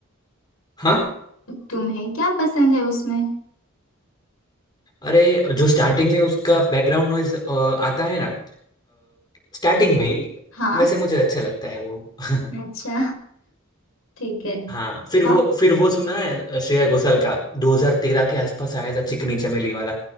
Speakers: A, on the left; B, on the left.
A: हाँ
B: तुम्हें क्या पसंद है उसमें
A: अरे जो स्टार्टिंग में उसका बैकग्राउंड नॉइज आता है ना स्टार्टिंग में ही
B: हाँ
A: वैसे मुझे अच्छा लगता है वो <laughs>
B: अच्छा ठीक है
A: हाँ फिर
B: हाँ
A: वो फिर वो सुना है श्रेया घोषाल का 2013 के आसपास आया था चिकनी चमेली वाला